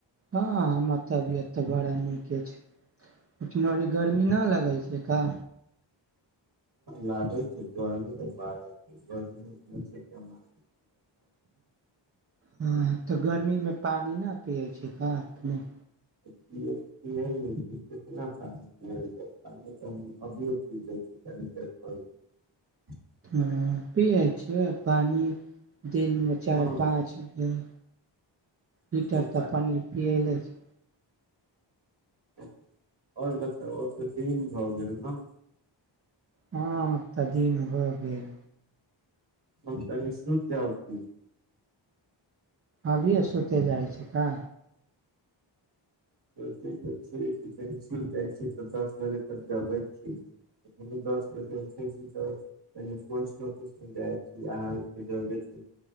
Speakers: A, on the right; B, on the right.
A: हँ तबियत तऽ बड़ा नीके एछ। ओठाम अभी गर्मी नहि लगै छैय का।
B: लागे छैय गर्मी तऽ बारा। गर्मी अहिठाम छैय कमाल।
A: हँ तऽ गर्मीमे पानि ना पिय छी का अपने।
B: <unintelligible>
A: हाँ पीयै छियै पानि दिनमे चारि
B: हँ
A: पाँच ग्लास
B: पानी
A: लीटर तऽ पानि पीयै लै छी
B: आओर बताउ अब तऽ दिन भऽ गेल न
A: हँ अब तऽ दिन भऽ गेल
B: हम तनि सुत जाउ की
A: अभियै सुते जाइ छी का
B: सोचयै छी की कनि सुत जाइ छी तऽ दस बजे तक जागै छी दस बजे उठै छी तऽ कनि पोस्टऑफिस जाइ छी अहाँ जरे